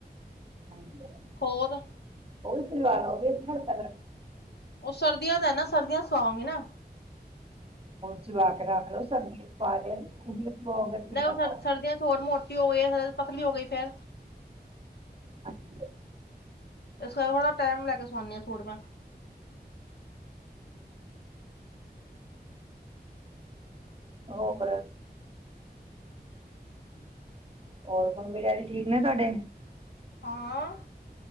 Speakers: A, on the right; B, on the left.
A: ਹਾਂਜੀ
B: ਹੋਰ
A: ਉਹਹੀ ਸਵਾ ਉਹ ਵੀ ਕਰ
B: ਉਹ ਸਰਦੀਆਂ ਦਾ ਨਾ ਸਰਦੀਆਂ ਸਵਾਵਾਂਗੀ ਨਾ
A: ਹੁਣ ਜਵਾ ਕੇ ਰੱਖ ਲਓ ਸਰਦੀ ਚ ਪਾ ਲਿਆ ਚ ਪਾਓਗੇ ਤੇ
B: ਨਹੀਂ
A: ਕਿੱਦਾਂ
B: ਉਹ ਸਰ
A: ਪਾਓ
B: ਸਰਦੀਆਂ ਚ ਹੋਰ ਮੋਟੀ ਹੋ ਗਈ ਪਸਲੀ ਹੋ ਗਈ ਫੇਰ
A: ਅਾਂਜੀ
B: ਰਸ ਖ ਟਾਈਮ ਲੈ ਕੇ ਸਵਾਣੀ ਆ ਸੂਟ ਮੈਂ
A: ਹੋ
B: ਹੂੰ
A: ਬ ਹੋਰ ਮੰਮੀ ਡੈਡੀ ਠੀਕ ਨੇ ਤੁਹਾਡੇ
B: ਹਾਂ